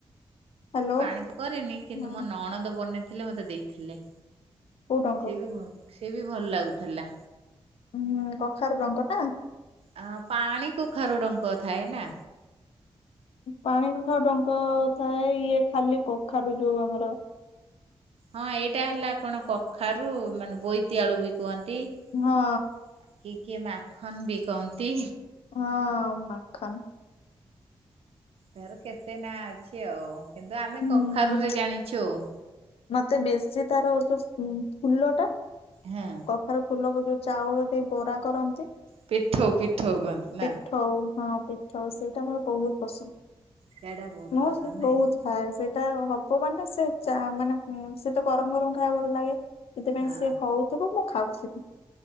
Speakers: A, on the left (about 75°); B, on the right (about 80°).
A: ହ୍ୟାଲୋ
B: ପାଣିକୁ କରିରେନି କିନ୍ତୁ
A: ହଁ
B: ମୋ ନଣଦ ବନେଇଥିଲେ ମୋତେ ଦେଇଥିଲେ।
A: କୋଉ ଡଙ୍କ
B: ସେ ବି ସେ ବି ଭଲ ଲାଗୁଥିଲା।
A: ହୁଁ କଖାରୁ ରଙ୍ଗ ଟା।
B: ଅ ପାଣି କ ଖର ରଙ୍କ ଥାଏ ନା।
A: ପାଣି କଥା ଡଙ୍କ ଥାଏ ଇଏ ଖାଲି କଖାରୁ ଯୋଉ ଆମର
B: ହଁ ଏଇଟା ହେଲା କଣ କଖାରୁ ମାନେ ବୋଇତିଆଳୁ ବି କୁହନ୍ତି। କିଏ
A: ହଁ
B: କିଏ ମାଖନ ବି କହନ୍ତି।
A: ହଁ ମାଖନ।
B: ତାର କେତେ ନାଁ ଅଛି ଆଉ କିନ୍ତୁ ଆମେ
A: ହୁଁ
B: କଖାରୁରେ ଜାଣିଛୁ ଆଉ।
A: ମତେ ବେଶୀ ତାର ଯବ ଫୁଲ ଟା
B: ହଁ
A: କଖାରୁ ଫୁଲକୁ ଯୋଉ ଚାଉଳ ବି ବରା କରନ୍ତି।
B: ପିଠଉ ପିଠଉ କହନ୍ତି
A: ପିଠା
B: ନା
A: ହଁ ପିଠା ସେଇଟା ମୋର ବହୁତ ପସନ୍ଦ।
B: ସେଇଟା ବହୁତ
A: ମୁଁ
B: ପସନ୍ଦ
A: ସେ
B: ନାଇଁ
A: ବହୁତ ଖାଏ ସେଇଟା ହବ ମାନେ ସେ ମାନେ ହୁଁ ସେ ତ ଗରମ ଗରମ ଖାଇବା ଭଲ ଲାଗେ ସେଥିପାଇଁ
B: ହଁ
A: ସିଏ ହଉଥିବ ମୁଁ ଖାଉଥିବି।